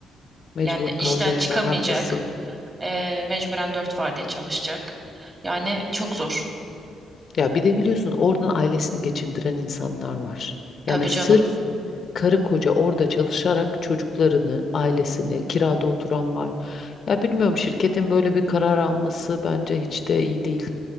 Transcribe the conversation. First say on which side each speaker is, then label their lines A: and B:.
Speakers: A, on the left (about 55°); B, on the right (about 30°).
A: mecbur
B: Yani işten
A: kalacaklar,
B: çıkamayacak.
A: haklısın.
B: Ee, mecburen dört vardiya çalışacak. Yani çok zor.
A: Ya bir de biliyorsun oradan ailesini geçindiren insanlar var.
B: Tabii
A: Yani
B: canım.
A: sırf karı koca orada çalışarak çocuklarını, ailesini,
B: Hı hı.
A: kirada oturan var. Ya bilmiyorum şirketin böyle bir karar alması bence hiç de iyi değil.